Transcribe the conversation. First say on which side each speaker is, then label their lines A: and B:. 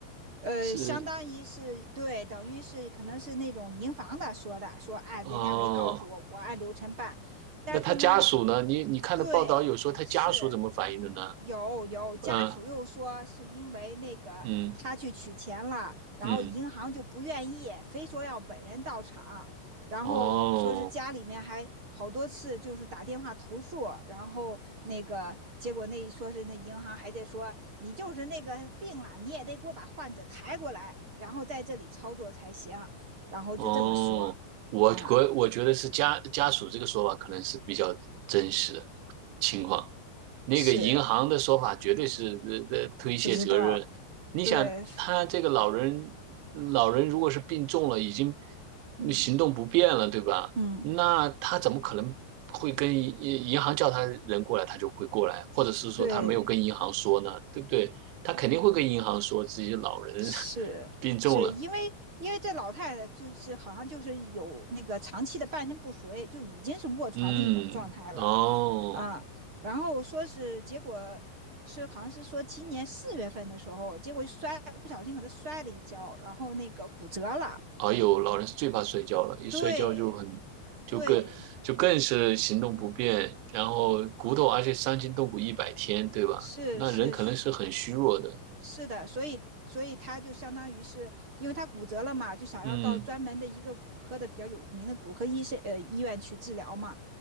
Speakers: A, on the right; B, on the right.
A: 呃，
B: 是
A: 相当于是对，等于是可能是那种银行的说的，说啊，
B: 哦？
A: 人家没告诉我，我按流程办。但是呢，
B: 那他家属呢？你你看的报道有说他家属怎么反应的呢？
A: 对，是有有家属又说是因为那个他去取钱了，
B: 嗯嗯
A: 然后银行就不愿意，
B: 嗯，
A: 非说要本人到场。然后说是家里面还好多次就是打电话投诉，
B: 哦。
A: 然后那个结果那说是那银行还在说你就是那个病了，你也得给我把患者抬过来，然后在这里操作才行，然后就这么说啊、
B: 哦，我我我觉得是家家属这个说法可能是比较真实的
A: 嗯
B: 情况，那个银行的说法绝对是呃呃推卸责任。
A: 是不知道，
B: 你想，
A: 对，
B: 他这个老人老人如果是病重了，已经
A: 嗯
B: 行动不便了，对吧？
A: 嗯，
B: 那他怎么可能会跟银银行叫他人过来，他就会过来，或者是说他没有跟银行说呢，
A: 对
B: 对不对？他肯定会跟银行说自己老人
A: 对，是是因为因为这老太太就是好像就是有那个长期的半身不遂，
B: <laughs> 病重了。
A: 就已经是卧床的一种状态了，
B: 嗯，哦，
A: 啊、嗯然后说是结果是好像是说今年四月份的时候，结果摔不小心可能摔了一跤，然后那个骨折了，
B: 哎呦，老人是最怕摔跤了，一摔跤就很，
A: 对
B: 就更就更是行动不便，
A: 对是
B: 然后骨头，而且伤筋动骨一百天，对吧？
A: 是是是
B: 那人可能是很虚弱的。
A: 是的，所以所以他就相当于是，因为他骨折了嘛，就想要到专门的一个骨科的比较有名的骨科医生呃医院去治疗嘛。
B: 嗯，